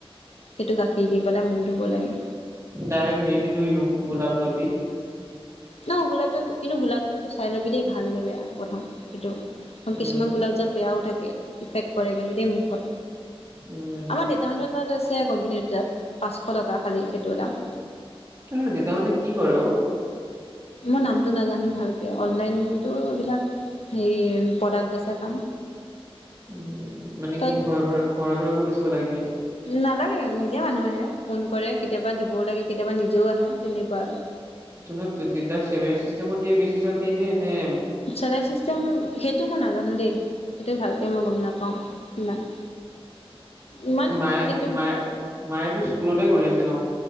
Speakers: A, on the left; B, on the right.
A: সেইটো গাখীৰ দি পেলাই মুখ ধুব লাগে।
B: ডাইৰেক্ট হেৰি দি ধুই দিওঁ, গোলাপ জল দি।
A: ন গোলাপ জল, কিন্তু গোলাপ জলটো চাই লবি দেই। ভাল নে বেয়া! প্ৰথম সেইটো
B: উম,
A: কিছুমান গোলাপ জল বেয়াও থাকে, ইফেক্ট কৰে কিন্তু দেই মুখত।
B: উম,
A: আমাৰ দেউতাহঁতৰ তাত আছে, কোম্পানীৰ তাত। পাঁচশ টকা খালি সেইটোৰ দাম।
B: তহঁতৰ দেউতাহঁতে কি কৰে অ?
A: মই নামটো নাজানো ভালকে, অনলাইনতো এইবিলাক হেৰি এই প্ৰডাক্ট বেচা কাম।
B: উ মানে
A: তই
B: কি ঘৰে ঘৰে ঘৰে ঘৰে গৈ বেচিব লাগে নেকি?
A: নালাগে! নিজে মানুহ আহে, ফোন কৰে কেতিয়াবা, দিবও লাগে, কেতিয়াবা নিজেও আহে, তেনেকুৱা আৰু।
B: তহঁতৰ দেতাক চেলাৰী চিষ্টেমত দিয়ে বেছি চল দিয়ে নে এনে
A: চেলেৰী চিষ্টেম সেইটো মই নাজানো দেই, সেইটো ভালকে মই গম নাপাওঁ ইমান। ইমান
B: মায়ে,
A: সেইটো বিষয়ে
B: মায়ে, মায়েটো স্কুলতে কৰি আছে ন?